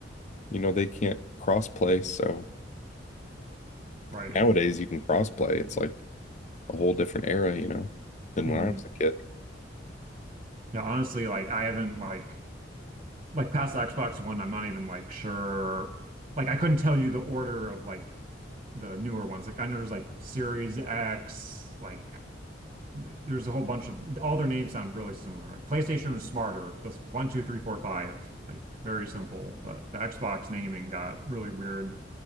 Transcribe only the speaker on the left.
you know, they can't cross play. So
nowadays you can cross play. It's like a whole different era, you know, than
when I was a kid.